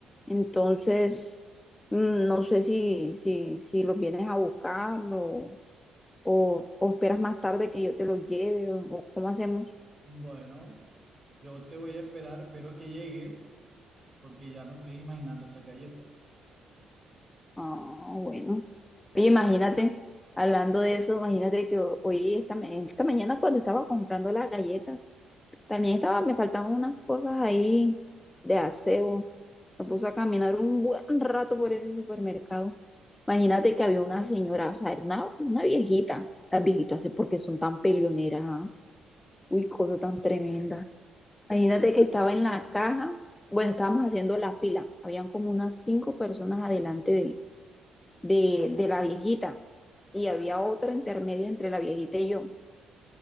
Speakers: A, on the left (about 15°); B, on the right (about 35°).
A: Entonces, mm, no sé si, si, si los vienes a buscar o, o, o esperas más tarde que yo te los lleve o o cómo hacemos.
B: Bueno, yo te voy a esperar, espero que llegues, porque ya me estoy imaginando esas galletas.
A: Ah, bueno. Oye, imagínate, hablando de eso, imagínate que ho- hoy, esta, ma- esta mañana cuando estaba comprando las galletas, también estaba, me faltaban unas cosas ahí de aseo. Me puse a caminar un buen rato por ese supermercado. Imagínate que había una señora, o sea, era una, una viejita. Las viejitas, sí, porque son tan peleoneras? ah? Uy, cosa tan tremenda. Imagínate que estaba en la caja, bueno, estábamos haciendo la fila, habían como unas cinco personas adelante de, de la viejita y había otra intermedia entre la viejita y yo.